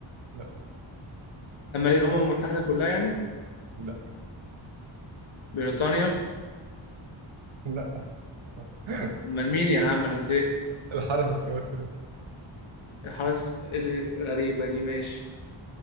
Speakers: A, on the right; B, on the left.
A: لا
B: أما ليه الأمم المتحدة كلها يعني
A: لا
B: بريطانيا
A: لا <laughs>
B: أمال مين يا عم أنا زهقت
A: الحرس السويسري
B: الحرس الغريبة دي ماشي